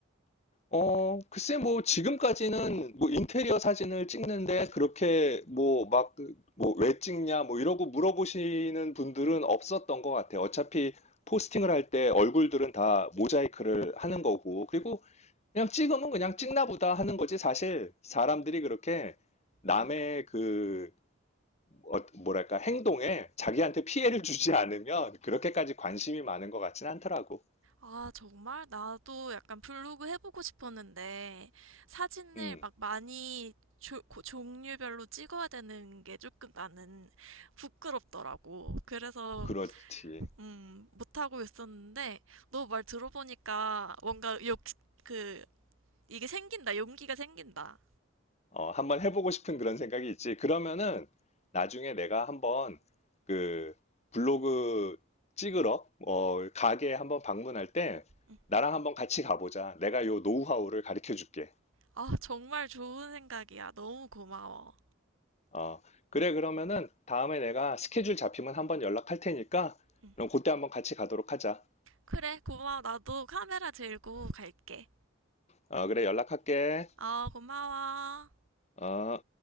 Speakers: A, on the left (about 30°); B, on the right (about 75°).
A: 어, 글쎄, 뭐, 지금까지는, 뭐, 인테리어 사진을 찍는데, 그렇게, 뭐, 막, 그, 뭐, 왜 찍냐, 뭐, 이러고 물어보시는 분들은 없었던 것 같아요. 어차피, 포스팅을 할 때 얼굴들은 다 모자이크를 하는 거고, 그리고 그냥 찍으면 그냥 찍나 보다 하는 거지. 사실, 사람들이 그렇게 남의
B: 응.
A: 그, 어, 뭐랄까, 행동에 자기한테 피해를 주지 않으면, 그렇게까지 관심이 많은 것 같진 않더라고.
B: 아, 정말? 나도 약간 블로그 해보고 싶었는데, 사진을
A: 음,
B: 막 많이 조- 고- 종류별로 찍어야 되는 게 조금 나는 부끄럽더라고. 그래서,
A: 그렇지.
B: 음, 못하고 있었는데, 너 말 들어보니까 뭔가 욕, 그, 이게 생긴다, 용기가 생긴다.
A: 어, 한번 해보고 싶은 그런 생각이 있지. 그러면은 나중에 내가 한번 그 블로그 찍으러 어, 가게 한번 방문할 때
B: 응.
A: 나랑 한번 같이 가보자. 내가 요 노하우를 가르쳐 줄게.
B: 아, 정말 좋은 생각이야. 너무 고마워.
A: 어, 그래 그러면은 다음에 내가 스케줄 잡히면 한번 연락할 테니까
B: 응.
A: 그럼 그때 한번 같이 가도록 하자.
B: 그래, 고마워. 나도 카메라 들고 갈게.
A: 어, 그래 연락할게.
B: 아, 고마워.
A: 어.